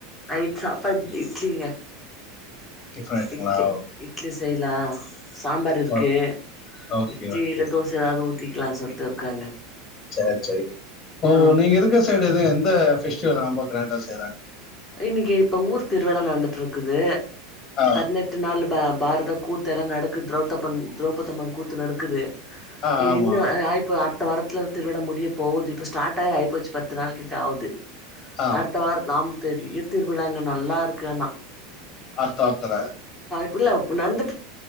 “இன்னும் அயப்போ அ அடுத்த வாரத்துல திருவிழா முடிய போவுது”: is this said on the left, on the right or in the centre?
Centre